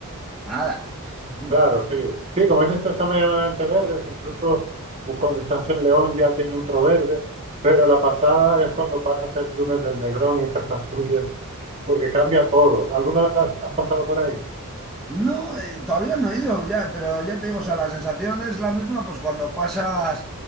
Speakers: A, in the centre; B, on the right.
A: nada. <laughs>
B: Claro, sí. Sí, como dices tú, están medianamente verde. Incluso u- cuando estás en León ya tiene un tro verde. Pero la pasada es cuando pasas el túnel del Negrón y entras a Asturias, porque cambia todo. ¿Alguna vez has, has pasado por ahí?
A: No, eh, todavía no he ido, ya, pero ya te digo, o sea, la sensación es la misma, pues cuando pasas